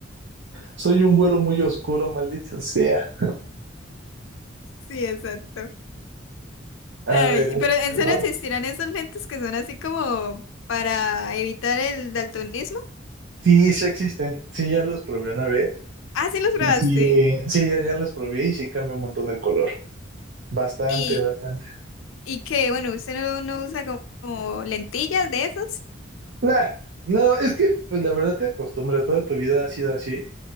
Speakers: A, on the right; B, on the left.
A: Soy un güero muy oscuro, maldito sea.
B: Sí, exacto.
A: A
B: Ay,
A: ver. ahí
B: pero ¿en
A: te
B: serio
A: va.
B: existirán esos lentes que son así como para evitar el daltonismo?
A: Sí, sí existen. Sí, ya los probé una vez.
B: Ah, sí los probaste.
A: Y Sí, sí, ya, ya los probé y sí cambia un montón el color. Bastante,
B: Y,
A: bastante.
B: y qué bueno, usted no, no usa como, como lentillas de esos.
A: Nah, no, es que pues la verdad te acostumbras, toda tu vida ha sido así,